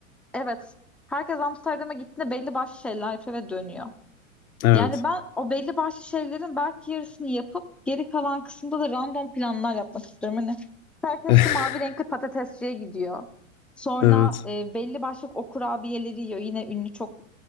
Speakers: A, in the centre; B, on the left.
A: evet herkes Amsterdam'a gittiğinde belli başlı şeyler yapıyor ve dönüyor.
B: Evet.
A: Yani ben o belli başlı şeylerin belki yarısını yapıp geri kalan kısımda da random planlar yapmak istiyorum. Hani herkes
B: <laughs>
A: şu mavi renkli patatesçiye gidiyor. Sonra
B: Evet.
A: e, belli başlı o kurabiyeleri yiyor. Yine ünlü çok